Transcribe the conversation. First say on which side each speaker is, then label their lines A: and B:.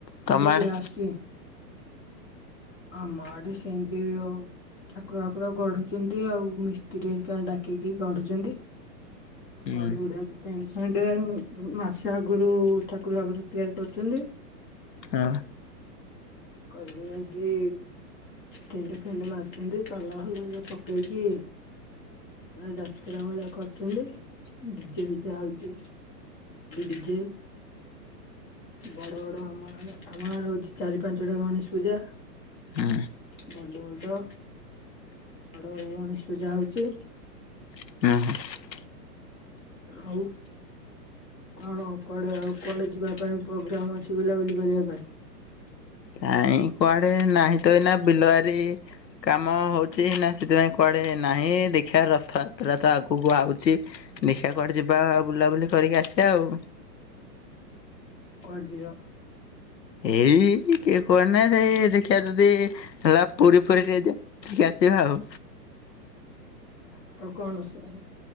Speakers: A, on the left (about 20°); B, on the left (about 85°).
A: କିଡି
B: ତମ ଆଡେ?
A: ଆସଛି ଆମ ଆଡେ ସେମତି ଆଉ ଠାକୁର ବାକୁର ଗଢୁଛନ୍ତି ଆଉ ମିସ୍ତ୍ରୀ ଡାକିକି ଗଢୁଛନ୍ତି।
B: ହୁଁ
A: ଗଡି ଗୁଢା କି ଟେନସ ସେଟ ମାସେ ଆଗରୁ ଠାକୁର ବାକୁର ତିଆରି କରିଛନ୍ତି।
B: ଆଁ।
A: କରି କୁରା କି ଟିଣ୍ଡେ ଫିଣ୍ଡେ ମାରିଚନ୍ତି କ <unintelligible> ପକେଇକି। ପୁରା ଯାତ୍ରା ଭଳିଆ କରୁଛନ୍ତି ଡିଜେ ଫିଜେ ଆଉଛି। ଡିଜେ ବଡ ବଡ ଆମ ଆମ ଗାଁରେ ହଉଛି ଚାରି ପାଞ୍ଚଟା ଗଣେଶ ପୂଜା।
B: ହୁଁ।
A: ବଡ଼ ବଡ ବଡ ବଡ ଗଣେଶ ପୂଜା ହଉଛି।
B: ନାହା।
A: ଆଉ କଣ କୁଆଡେ ଆଉ କୁଆଡେ ଯିବା ପାଇଁ ପ୍ରୋଗ୍ରାମ ଅଛି ବୁଲାବୁଲି କରିବା ପାଇଁ?
B: ନାଇଁ କୁଆଡେ ନାହିଁ ତ ଏଇନା ବିିଲ ବାରି ବାରି କାମ ହଉଛି ନା ସେଥିପାଇଁ କୁଆଡେ ନାହିଁ ଦେଖିବା ରଥଯାତ୍ରା ତ ଆଗକୁ ଆ ଆଉଛି ଦେଖିବା କୁଆଡେ ଯିବା ବୁଲାବୁଲି କରିକି ଆସିବା ଆଉ।
A: କୁଆଡେ ଯିଅ?
B: ଏଇ କିଏ କୁଆଡେ ନାଇଁ ସେଇ ଦେଖିଆ ଯଦି ହେଲା ପୁରୀ ଫୁରି ଟିକେ ଯିଆ ଜା ସେ ଖାଉ।
A: ଆଉ କଣ ଅଛି